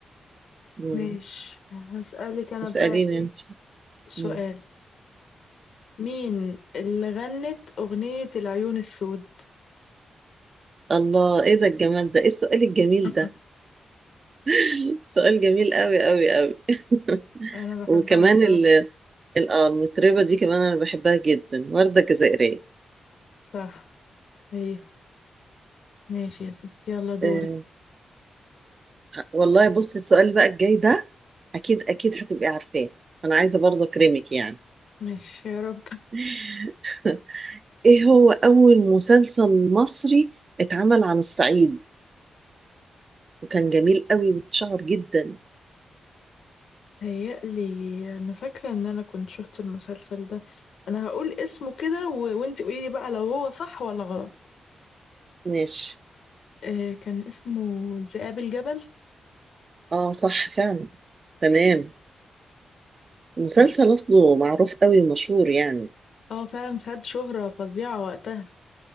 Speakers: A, on the right; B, on the left.
A: مم.
B: ماشي هسألك انا
A: اسأليني
B: بقى ايه
A: أنت
B: سؤال
A: مم.
B: مين اللي غنت اغنية العيون السود
A: الله إيه ده الجمال ده إيه السؤال الجميل
B: <laughs>
A: ده <laughs> سؤال جميل قوي قوي قوي <laughs>
B: انا بحبها
A: وكمان
B: بصراحة
A: ال- ال- آه، المطربة دي كمان أنا بحبها جدا وردة جزائرية
B: صح هي ماشي يا ستي يلا دورك
A: آه، والله بصي السؤال بقى الجاي ده أكيد أكيد هتبقي عارفاه أنا عايزة برضو أكرمك يعني
B: ماشي يا رب
A: <laughs> إيه هو أول مسلسل مصري اتعمل عن الصعيد وكان جميل قوي واتشهر جدا
B: هيقلي انا فاكره ان انا كنت شفت المسلسل ده انا هقول اسمه كده و... وانت قولي لي بقى لو هو صح ولا غلط
A: ماشي
B: آه كان اسمه ذئاب الجبل
A: اه صح فعلا تمام مسلسل
B: ماشي
A: اصله معروف قوي ومشهور يعني
B: اه فعلا خد شهره فظيعه وقتها